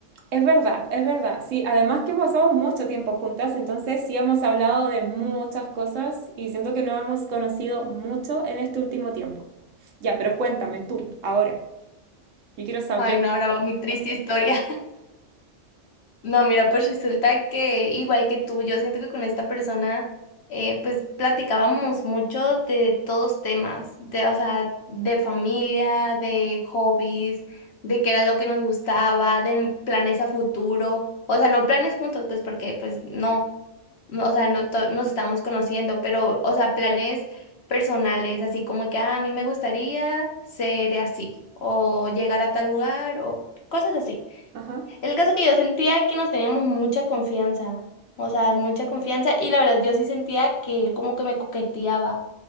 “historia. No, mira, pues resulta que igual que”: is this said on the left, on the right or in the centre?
Left